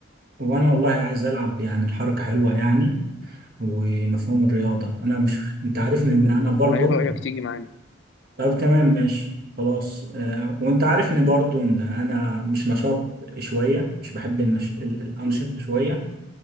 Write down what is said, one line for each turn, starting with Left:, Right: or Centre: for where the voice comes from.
Right: وانا والله عايز العب يعني الحركة حلوة يعني ومفهوم الرياضة انا مش انت عارفني ان
Left: طب
Right: انا برضو
Left: ما ايه رايك تيجي معانا
Right: طب تمام ماشي خلاص آه، وانت عارفني برضو ان انا مش نشاط شوية مش بحب النش... ال- الانشطة
Left: مم.
Right: شوية